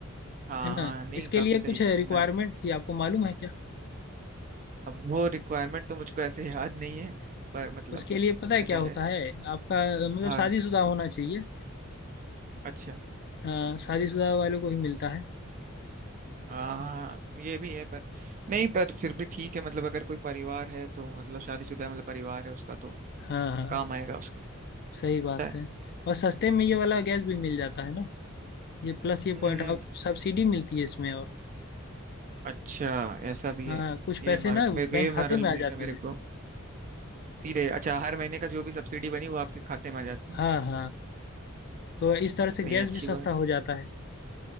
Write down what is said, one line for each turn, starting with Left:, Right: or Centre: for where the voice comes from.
Right: हाँ
Left: है ना
Right: हाँ नहीं
Left: इसके
Right: काफी
Left: लिए
Right: सही
Left: कुछ रिक्वायरमेंट
Right: है।
Left: थी आपको मालूम है क्या
Right: अब वो रिक्वायरमेंट तो मुझको ऐसे <laughs> याद नहीं है पर मतलब
Left: उसके लिए पता है
Right: ऐसा
Left: क्या होता
Right: है
Left: है आपका मतलब
Right: हाँ
Left: शादीशुदा होना चाहिए
Right: अच्छा
Left: हाँ शादीशुदा वालों को ही मिलता है
Right: हाँ ये भी है पर नहीं पर फिर भी ठीक है मतलब अगर कोई परिवार है तो मतलब शादीशुदा है मतलब परिवार है उसका तो
Left: हाँ हाँ
Right: काम आएगा उसके
Left: सही
Right: पता
Left: बात
Right: है?
Left: है और सस्ते में ये वाला गैस भी मिल जाता है ना ये प्लस ये
Right: हम्म
Left: पॉइंट और सब्सिडी मिलती है इसमें और
Right: अच्छा ऐसा भी
Left: हाँ
Right: है
Left: कुछ
Right: ये
Left: पैसे
Right: हमारे
Left: ना
Right: मेरे को
Left: बैंक
Right: ये
Left: खाते
Right: मालूम
Left: में
Right: नहीं
Left: आ जाती
Right: था मेरे
Left: हैं
Right: को सीधे अच्छा हर महीने का जो भी सब्सिडी बनी वो आपके खाते में आ जाती
Left: हाँ हाँ तो इस तरह से
Right: नहीं
Left: गैस
Right: अच्छी
Left: भी सस्ता
Right: बात है
Left: हो जाता है